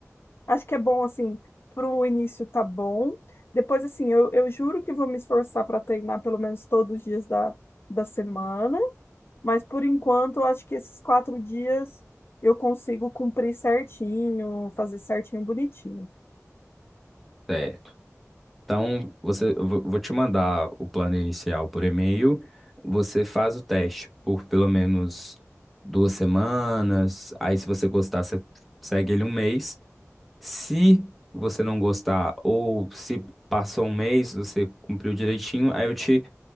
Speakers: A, on the left; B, in the centre.
A: Acho que é bom, assim, para o início tá bom. Depois, assim, eu, eu juro que vou me esforçar para treinar pelo menos todos os dias da, da semana. Mas por enquanto, eu acho que esses quatro dias eu consigo cumprir certinho, fazer certinho, bonitinho.
B: Certo. Então, você, eu vou vou te mandar o plano inicial por e-mail. Você faz o teste por pelo menos duas semanas. Aí, se você gostar, você segue ele um mês. Se você não gostar ou se passou um mês, você cumpriu direitinho, aí eu te,